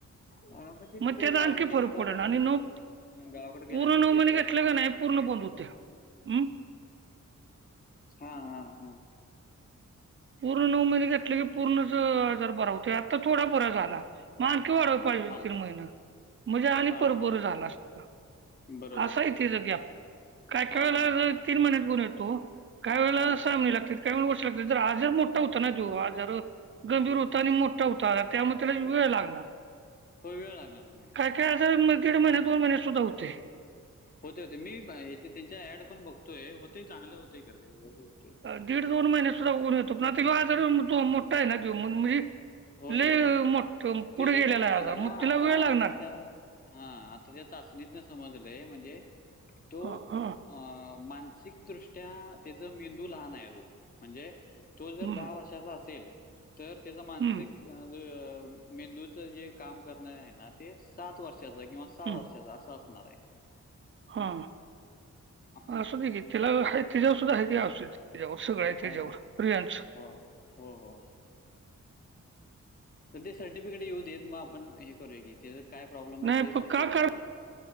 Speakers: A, on the left; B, on the right.
A: हा ते
B: मग
A: तिकडे
B: त्याचा
A: गावाकडे
B: आणखी
A: गेल्यानंतर
B: फरक पड
A: आता
B: ना आणि नऊ
A: गावाकडे गेल्यानंतर
B: पूर् नऊ
A: घेतल्यात
B: म का. <unintelligible> नाही
A: का
B: पूर्ण ब होत. <unintelligible>
A: हा हा हा. <unintelligible>
B: पूर्ण नऊ महिने घेतले की पूर्ण हजार बरा होतो आता थोडा बरा्या झाला माणकी वाढवत. <unintelligible> पाहिज
A: हा
B: तीन
A: हा
B: महिन म्हणजे आणि
A: हा
B: परोपर
A: हा
B: झाला असत. <unintelligible>
A: बरोबर
B: हाहित जगे आप. <unintelligible> काय
A: हा
B: काय वेला
A: हा हा
B: तीन महिन्यात गण येतो काय वेळेला
A: हा
B: सहा महिने लागतात काय वे गोष्ट लागतात. <unintelligible> हजार मोठा होतता ना जो आजार. <unintelligible> गंभीर होता आणि मोठा होताला त्यामुळे त्याला वेळ लागणार. <unintelligible>
A: होळ लागणार तुमही. <unintelligible>
B: काय काय असेलगीड महिने दोन महिने सुद्धा होते. <unintelligible>
A: होते होते मी त्यांच्या ऍड पण बघतोय होते चांगलं होतय करते्यवी होते.
B: अ, दीड दोन महिने सुद्धा कोऊण येतो प ना आजार तो मोठा आहे ना म्हणजे. <unintelligible>
A: होय
B: ल
A: होय होय
B: मोठ पुढे
A: त्याच
B: गेलेला
A: कसं
B: आहे
A: माहितीय
B: आज
A: का
B: मग तिला
A: आता
B: वेळ लागणार.
A: आताच्या
B: <unintelligible>
A: हा आता त्या चाचणीतन समजलंय म्हणजे तो.
B: हा हा
A: <unintelligible> अ मानसिकदृष्ट्या त्याच मेंदू लहान आहे अजून म्हणजे. <unintelligible> तो
B: हम्म
A: जर दहा वर्षाचा असेल तर त्याचा माणस.
B: हम्म
A: <unintelligible> मेंदूचं जे काम करणार आहे ना. <unintelligible> ते सात वर्षाच किंवा सहा
B: हम्म
A: वर्षाचा असं असणार आहे. <unintelligible>
B: हा
A: हा
B: अससत की तिला हेती जाऊ सुद्धा हेतीया असित. <unintelligible> त्याच्यावर सगळं आहे
A: हाय
B: त्याच्यावर
A: हाय
B: प्रियांश. <unintelligible>
A: हो हो हो. <unintelligible> तर ते सर्टिफिकेट येऊ देत मग आपण हे करूया की त्या काय प्रॉब्लेम आहे
B: नाही
A: ते
B: पण
A: माहिती
B: का
A: पडेल
B: का
A: ना <unintelligible>